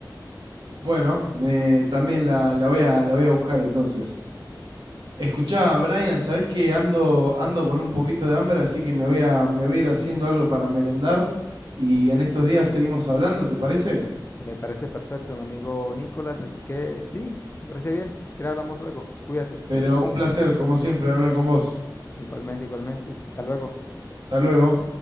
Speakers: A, on the right (about 80°); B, on the left (about 30°).
A: Bueno, me, también la, la voy a, la voy a buscar entonces. Escuchá, Brian, sabés que ando, ando con un poquito de hambre, así que me voy a, me voy a ir haciendo algo para merendar y en estos días seguimos hablando, ¿te parece?
B: Me parece perfecto, mi amigo Nicolás, así que sí, me parece bien. Que hablamos luego. Cuídate.
A: Pero un placer, como siempre, hablar con vos.
B: Igualmente, igualmente. Hasta luego.
A: Hasta luego.